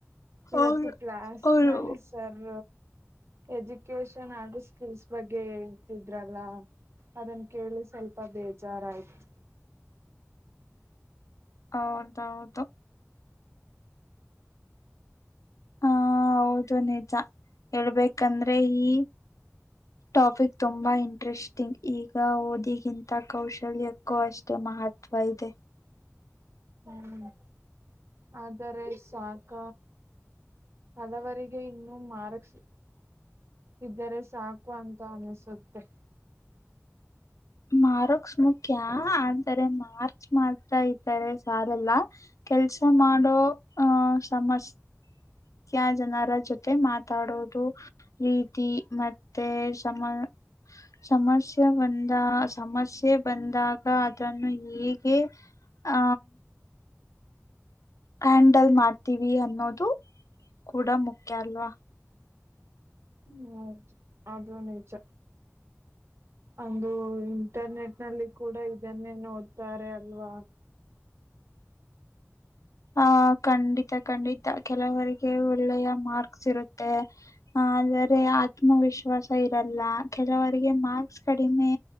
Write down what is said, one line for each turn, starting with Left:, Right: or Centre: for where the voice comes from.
Right: ಇವತ್ತು.
Left: ಅವ್ರು
Right: ಕ್ಲಾಸ್
Left: ಅವ್ರು
Right: ನಲ್ಲಿ ಸರ್ ಎಜುಕೇಶನ್ ಹಾಗು ಸ್ಕಿಲ್ಸ್ ಬಗ್ಗೆ ಹೇಳ್ತಿದ್ರಲ್ಲ. ಅದನ್ನ ಕೇಳಿ ಸ್ವಲ್ಪ ಬೇಜಾರಾಯಯ್ತು.
Left: ಹೌದೌದು ಹ ಹೌದು ನಿಜ ಹೇಳ್ಬೇಕಂದ್ರೆ. ಈ ಟಾಪಿಕ್ ತುಂಬಾ ಇಂಟ್ರೆಸ್ಟಿಂಗ್ ಈಗ ಓದಿಗಿಂತ ಕೌಶಲ್ಯಕ್ಕೂ ಅಷ್ಟೇ ಮಹತ್ವ ಇದೆ.
Right: ಹ್ಮ್ ಆದರೆ ಸಾಕ. ಹಲವರೀಗೆ ಇನ್ನುೂ ಮಾರ್ಕ್ಸ್ ಇದ್ದರೆ ಸಾಕು ಅಂತ ಅನಸುತ್ತೆ.
Left: ಮಾರೋಕ್ಸ್ ಮುಖ್ಯ ಅಂತರೆ ಮಾರ್ಚ್ ಮಾಡ್ತಾ ಇದ್ದರೆ ಸಾರಲ್ಲ. ಕೆಲ್ಸ ಮಾಡೋ ಆಹ ಸಮಸ್ಯ ಕ್ಯಾ ಜನರ ಜೊತೆ ಮಾತಾಡೋದು ರೀತಿ ಮತ್ತೆ ಸಮ ಸಮಸ್ಯೆ ಬಂದ ಸಮಸ್ಯೆ ಬಂದಾಗ ಅದನ್ನು ಹೇಗೆ ಹ ಹ್ಯಾಂಡಲ್ ಮಾಡ್ತೀವಿ ಅನ್ನೋದು ಕೂಡ ಮುಖ್ಯ ಅಲ್ವಾ
Right: ಹ್ಮ್ ಅದು ನಿಜ ಒಂದು ಇಂಟರ್ನೆಟ್ ನಲ್ಲಿ ಕೂಡ ಇದನ್ನೇ ನೋಡ್ತಾರೆ ಅಲ್ವಾ
Left: ಆಹ ಖಂಡಿತ ಖಂಡಿತ ಕೆಲವರಿಗೆ ಒಳ್ಳೆಯ ಮಾರ್ಕ್ಸ್ ಇರುತ್ತೆ ಆದರೆ ಆತ್ಮವಿಶ್ವಾಸ ಇರಲ್ಲ ಕೆಲವರಿಗೆ ಮಾರ್ಕ್ಸ್ ಕಡಿಮೆ